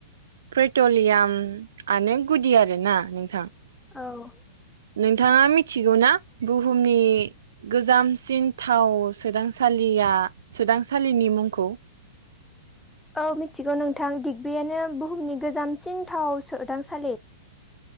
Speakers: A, on the right; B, in the centre.
A: पेट्रलियामआनो गुदि आरोना नोंथां
B: औ
A: नोंथाङा मि थिगौ ना बुहुमनि गोजामसिन थाव सोदांसालिया आ सोदांसालिनि मुंखौ
B: औ मिथिगौ नोंथां दिग्बियानो बुहुमनि गोजामसिन थाव सोदांसालि